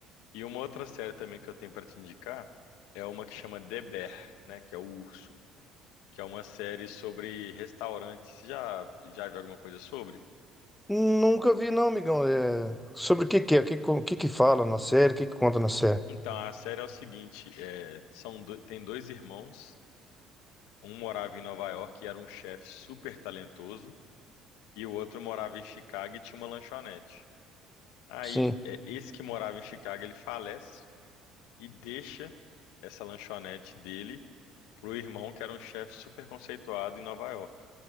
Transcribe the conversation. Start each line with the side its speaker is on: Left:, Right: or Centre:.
Left: E uma outra série também que eu tenho pra te indicar é uma que chama The Bear, né? Que é o urso, que é uma série sobre restaurantes. Você Já já viu alguma coisa sobre?
Centre: Nunca vi, não, amigão. É... Sobre o que que é? O que, o que que fala na série? O que que conta na série?
Left: Então a série é o seguinte: é, são do- tem dois irmãos. Um morava em Nova York e era um chefe super talentoso, e o outro morava em Chicago e tinha uma lanchonete. Aí,
Centre: Sim,
Left: é, esse que morava em Chicago, ele falece e deixa essa lanchonete dele pro irmão, que era um chefe super conceituado em Nova York.